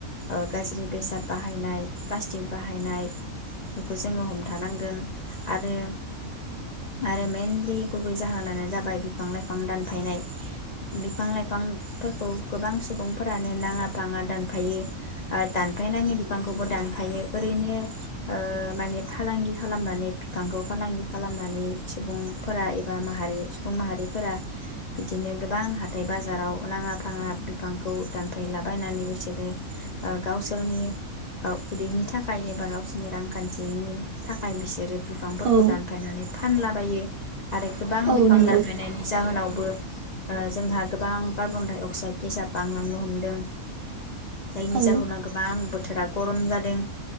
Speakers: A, on the left; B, on the right.
A: ओ गाज्रि बेसाद बाहायनाय प्लास्टिक बाहायनायफोरखौ जोङो हमथानांगोन आरो आरो मेइनलि गुबै जाहोनानो जाबाय बिफां लाइफां दानफायनाय बिफां लाइ फांफोरखौ गोबां सुबुंफोरानो नाङा फाङा दानफायो दानफाय नाङि बिफांखौबो दानफायो ओरैनो ओ माने फालांगि खालामनानै बिफांखौ फालांगि खालामनानै सुबुंफोरा एबा माहारि सुबुं माहारिफोरा बिदिनो गोबां हाथाय। बाजाराव लााङा फाङा बिफांखौ दानफायलाबायनानै बिसोरो ओ गावसोरनि ओ उदैनि थाखाय एबा गावसोरनि रांखान्थिनि थाखाय बिसोरो बिफांफोरखौ
B: औ
A: दानफायनानै फानलाबायो आरो गोबां
B: औ
A: बिफां
B: नंगौ
A: दानफायनायनि जाहोनाव। बो ओ जोंहा। गोबां कार्बन डाइ अक्साइद गेस आ बांलांनो हमदों जायनि
B: औ
A: जाहोनाव गोबां बोथोरा गरम जादों